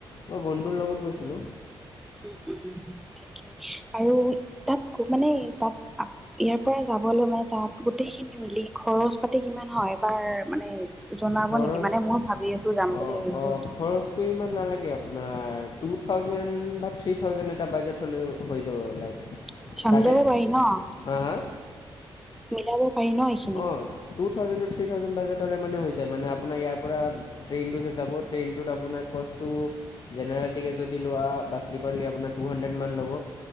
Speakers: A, on the left; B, in the centre.
A: মই বন্ধুৰ লগত গৈছিলোঁ,
B: উম - উম - উম ঠি কে। আৰু তাত গ- মানে, তাত আ- ইয়াৰ পৰা যাবলৈ মানে তাত গোটেইখিন মিলি খৰচ পাতি কিমান হয়? এবাৰ মানে জনাব
A: খৰচ
B: নেকি মানে মই ভাবি আছো যাম
A: অ'
B: বুলি সেইবাবে
A: - অ',
B: সুধিলো
A: খৰচটো ইমান নালাগে আপোনাৰ। টু থাউজেণ্ড বা থ্ৰী থাউজেণ্ড এটা বাজেট হ'লেও হৈ যাব, লাইক
B: আচ্ছা,
A: তাতে
B: মিলাব পাৰি ন'?
A: হা হা
B: মিলাব পাৰি ন এইখিনিত
A: অ' টু থাউজেণ্ডত থ্ৰী থাউজেণ্ড বাজেট হ'লে মানে হৈ যায়। মানে আপোনাৰ ইয়াৰ পৰা ট্ৰেইনটো যে যাব, ট্ৰেইনটোত আপোনাৰ ক'ষ্টটো জেনেৰেল টিকেট যদি লোৱা বা স্লিপাৰ লে আপোনাৰ টু হানড্ৰেত মান ল'ব।